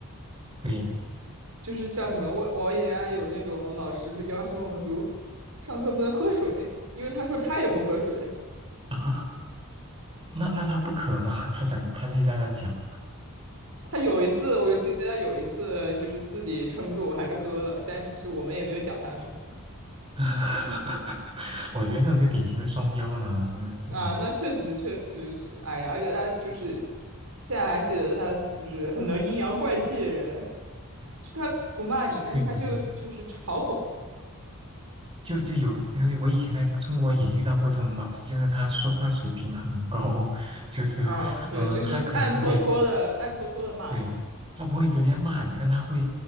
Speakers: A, on the right (about 25°); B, on the right (about 80°).
A: 对
B: 就是叫什么，我我以前还有那种老师就要求我们，比如上课不能喝水，因为他说他也不喝水。
A: 啊，那那他不可吗？<laughs> 他讲他一直在那讲。
B: 他有一次，我就记得他有一次就是自己撑不住，还是喝了，但是我们也没有讲他什么
A: <laughs> 我觉得这种就典型的双标了，那真的。
B: 啊。那确实确实是，哎呀，而且他就是现在还记得他就是很能阴阳怪气的人，就他不骂你，但是他就就是嘲讽。
A: 对对对，就就有，因为我以前在中国也遇到过这种老师，就是他说话水平很高，<laughs> 就是嗯，
B: 嗯，对，就是暗搓搓的，
A: 他可能对
B: 暗搓搓的骂你
A: 对，他不会直接骂你，但他会